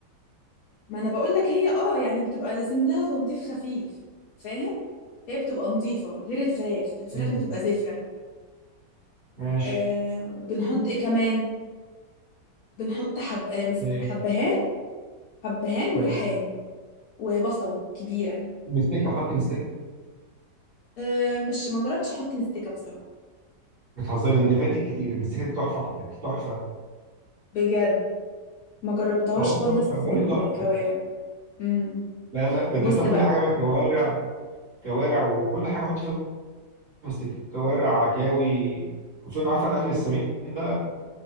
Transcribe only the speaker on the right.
مم.
ماشي
ايه
مم.
مستكه حطي مستكه
بتهزري انت فاتك كتير المستكه دي تحفه في الاكل تحفه
اقول
تحفه بقول
لك تحفه
لا لا ده انت
حطيها في
كل حاجه بقى كوارع كوارع وكل حاجه حطي فيها مستكه كوارع عكاوي خصوصا عارفه الاكل السمين ده